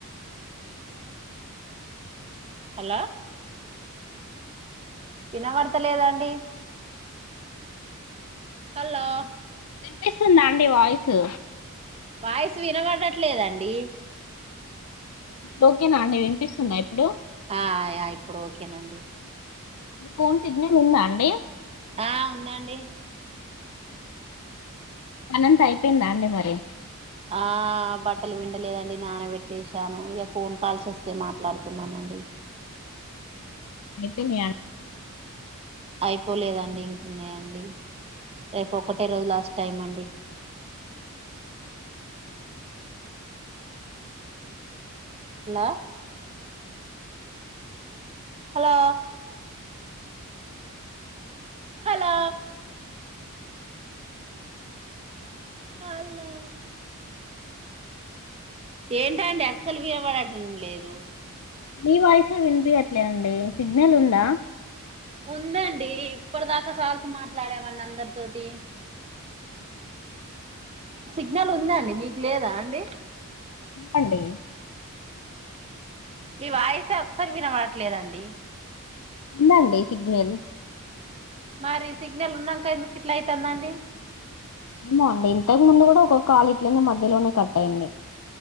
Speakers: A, on the right (about 25°); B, on the left (about 75°).
A: హలో ఇనవడ్తలేదండి హల్లో
B: ఇన్పిస్తుందా అండి వాయిసు
A: వాయసు ఇనబడట్లేదండీ
B: టోకేనా అండి వినిపిస్సుందా ఇప్పుడు
A: ఆయా ఇప్పుడు ఓకేనండి
B: ఫోన్ సిగ్నల్ ఉందా అండి
A: ఆ ఉందండి
B: పనంతా అయిపోయిందా అండి మరి
A: ఆ బట్టలు విండలేదండి నాన వెట్టేసాను, ఇగ ఫోన్ కాల్స్ వస్తే మాట్లాడుతున్నాను. అండి
B: అయిపొయిన
A: అయిపోలేదండి ఇంకున్నయండి రేపు ఒకటే రోజు లాస్ట్ టైం అండి హలో హలో హలో అలో ఏంటండి అస్సలు వినవడటం లేదు
B: మీ వాయిసే వినిపియట్లే అండి సిగ్నల్ ఉందా
A: ఉందండీ, ఇప్పడి దాకా కాల్స్ మాట్లాడా వాన్నందరితోటి. సిగ్నల్ ఉందా అండి మీకు లేదా అండి
B: అండి
A: మీ వాయిస్ అస్సలు వినవట్లేదండి
B: ఉందండి సిగ్నల్
A: మరీ సిగ్నల్ ఉన్నంక ఎందుకు ఇట్లా అయితందండి
B: ఏమో అండి ఇంతకు ముందు గూడా ఒక కాల్ ఇట్లనే మధ్యలోనే కట్టైంది.